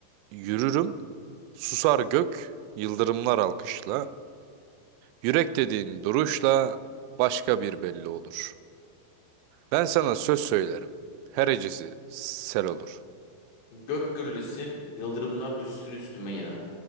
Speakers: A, on the right; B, on the left.
A: yürürüm, susar gök, yıldırımlar alkışla. Yürek dediğin duruşla başka bir belli olur. Ben sana söz söylerim, her hecesi sel olur.
B: Gök gürlesin, yıldırımlar düşsün üstüme yine.